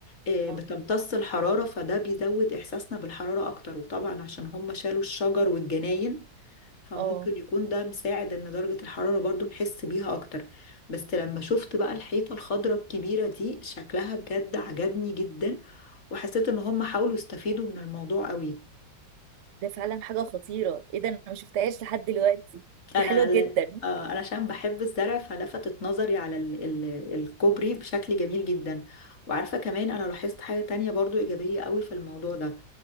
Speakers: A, on the left; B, on the right.
A: آه،
B: اه
A: بتمتص الحرارة فده بيزود احساسنا بالحرارة اكتر وطبعا عشان هم شالوا الشجر والجناين فممكن
B: اه
A: يكون ده مساعد ان درجة الحرارة برضو نحس بيها اكتر بس لما شفت بقى الحيطة الخضراء الكبيرة دي شكلها بجد عجبني جدا وحسيت ان هم حاولوا يستفيدوا من الموضوع قوي
B: ده فعلا حاجة خطيرة ايه ده انا ما شفتهاش لحد دلوقتي
A: انا
B: دي حلوة
A: ل-
B: جدا
A: آه، انا عشان بحب الزرع فلفتت نظري على ال... ال... الكوبري بشكل جميل جدا وعارفة كمان انا لاحظت حاجة تانية برضو ايجابية قوي في الموضوع ده